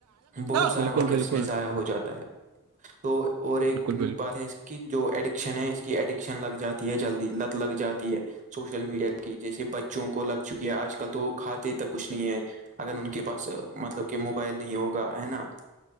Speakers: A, on the right; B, on the right.
A: بہت سارا
B: بالکل
A: وقت
B: بالکل
A: اس میں ضائع ہو جاتا ہے تو اور ایک
B: بالکل
A: بات ہے اس کی جو ایڈکشن ہے اس کی ایڈکشن لگ جاتی ہے جلدی لت لگ جاتی ہے سوشل میڈیا کی جیسے بچوں کو لگ چکی ہے آج کل تو کھاتے تک کچھ نہیں ہے اگر ان کے پاس مطلب کہ موبائل نہیں ہوگا ہے نا